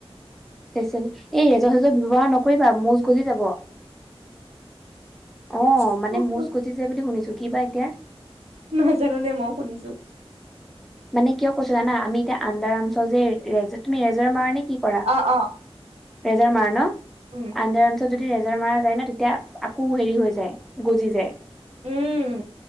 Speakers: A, in the centre; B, on the right.
A: ফেচেল এই এজৰ চেজৰ ব্যৱহাৰ নকৰিবা, মোজ গজি যাব। অ
B: কৰো
A: মানে মোজ গজি যায় বুলি শুনিছো, কি বা এতিয়া।
B: নাজানো নে ম‌ও শুনিছো।
A: মানে কিয় কৈছো জানা আমি এতিয়া আণ্ডাৰ আৰ্মচৰ যে ৰেজত তুমি ৰেজৰ মাৰ নে কি কৰা?
B: অ', অ'।
A: ৰেজাৰ মাৰা ন?
B: উম,
A: আণ্ডাৰ আৰ্মচত যদি ৰে জাৰ মৰা যায় ন তেতিয়া আকৌ হেৰি হৈ যায় গজি যায়।
B: উম।